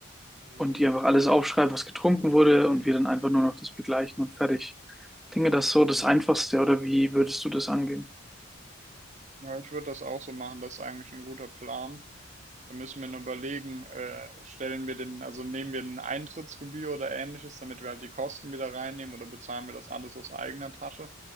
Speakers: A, on the right; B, in the centre.
A: Mhm.
B: und die einfach alles aufschreibt, was getrunken wurde und wir dann einfach nur noch das begleichen und fertig. Ich denke, das ist so das
A: Mhm.
B: Einfachste, oder wie würdest du das angehen?
A: Ja, ich würde das auch so machen, das ist eigentlich ein guter Plan. Da müssen wir noch überlegen, äh, stellen wir den, also nehmen wir eine Eintrittsgebühr oder ähnliches, damit wir halt die Kosten wieder reinnehmen oder bezahlen wir das alles aus eigener Tasche?